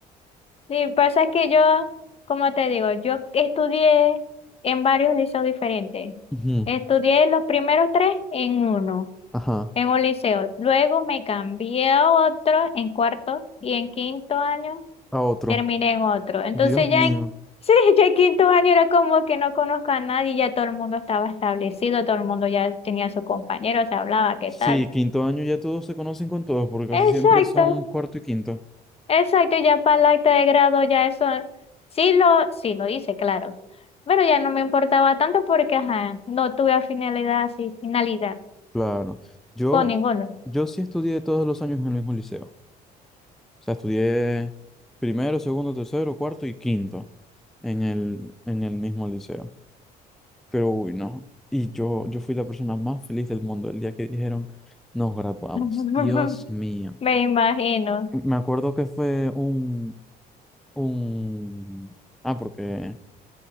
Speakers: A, on the left; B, in the centre.
A: Sí, pasa es que yo, como te digo, yo estudié en varios liceos diferentes.
B: Ujú.
A: Estudié los primeros tres en uno,
B: Ajá,
A: en un liceo. Luego me cambié a otro en cuarto y en quinto año
B: a otro.
A: terminé en otro. Entonces
B: Dios
A: ya
B: mío.
A: en, <laughs> sí, ya en quinto año era como que no conozco a nadie, ya todo el mundo estaba establecido, todo el mundo ya tenía a sus compañeros, se hablaba, ¿qué
B: Sí,
A: tal?
B: quinto año ya todos se conocen con todos, porque casi
A: Exacto,
B: siempre son cuarto y quinto.
A: exacto, ya para el acta de grado ya eso sí lo, sí lo hice, claro. Pero ya no me importaba tanto porque ajá, no tuve finalidad, sí, finalidad
B: Claro. Yo,
A: con ninguno.
B: yo sí estudié todos los años en el mismo liceo. O sea, estudié primero, segundo, tercero, cuarto y quinto en el, en el mismo liceo. Pero uy, no. Y yo, yo fui la persona más feliz del mundo el día que dijeron, nos graduamos.
A: <laughs>
B: Dios mío.
A: Me imagino.
B: Me acuerdo que fue un, un... Ah, porque...